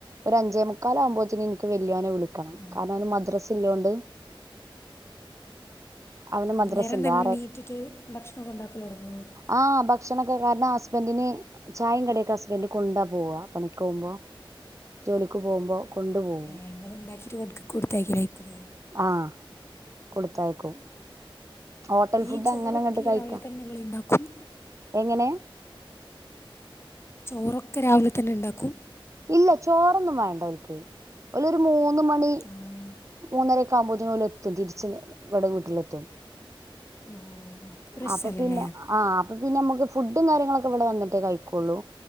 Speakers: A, on the right (about 35°); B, on the left (about 30°).
A: ഒരു അഞ്ചേ മുക്കാല് ആകുമ്പോഴത്തേന് എനിക്ക് വല്യോനെ വിളിക്കണം
B: ആ.
A: കാരണം അവന് മദ്രസ ഇല്ലൊണ്ട്- അവന്
B: അന്നേരം
A: മദ്രസ ഉണ്ട്
B: തന്നെ
A: ആറ്
B: എണീറ്റിട്ട് ഭക്ഷണം ഒക്കെ ഉണ്ടാക്കൽ തുടുങ്ങുമോ
A: ആഹ് ഭക്ഷണൊക്കെ കാരണം ഹസ്ബൻഡിന് ചായം കടിക്കെ ഹസ്ബൻഡ് കൊണ്ടാ പോവാ പണിക്ക് പോകുമ്പോ ജോലിക്ക് പോകുമ്പോ കൊണ്ടു പോകും
B: നിങ്ങള് ഉണ്ടാക്കിട്ട് അവർക്ക് കൊടുത്തയിക്കല് ആയിരിക്കൂലെ
A: ആഹ് കൊടുത്തയക്കും ഹോട്ടൽ ഫുഡ്
B: ഈ ചോറൊക്കെ
A: അങ്ങനെങ്ങട്ട് കഴിക്കാം
B: രാവിലെ തന്നെ നിങ്ങൾ ഉണ്ടാക്കും
A: എങ്ങനെ-
B: ചോറൊക്കെ രാവിലെ തന്നെ ഉണ്ടാക്കും
A: ഇല്ല ചോറൊന്നും വേണ്ടഓൽക്ക് ഓലൊരു മൂന്ന് മണി
B: ആഹ്
A: മൂന്നര കാമ്പോതിന് ഓലെലെത്തും തിരിച്ച് ഇവിടെ വീട്ടിലെത്തും
B: ഓ അപ്പം പ്രശ്നമല്ലല്ലേ
A: അപ്പൊ പിന്നെ ആഹ് പ്പോ പിന്നെ നമുക്ക് ഫുഡും കാര്യങ്ങളൊക്കെ ഇവിടെ വന്നിട്ടേ കഴിക്കൊുള്ളൂ